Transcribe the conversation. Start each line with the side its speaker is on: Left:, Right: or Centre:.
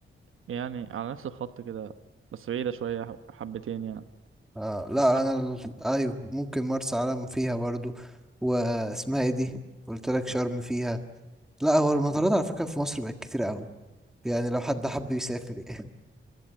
Right: يعني على نفس الخط كده بس بعيدة شوية ح- حبتين يعني
Centre: آه لا
Right: بس تحت
Centre: انا ال- ايوه ممكن مرسى علم فيها برضو واسمها ايه دي قلت لك شرم فيها لا هو المطارات
Right: مم.
Centre: على فكره في مصر بقت كتير قوي يعني لو حد حب يسافر يعني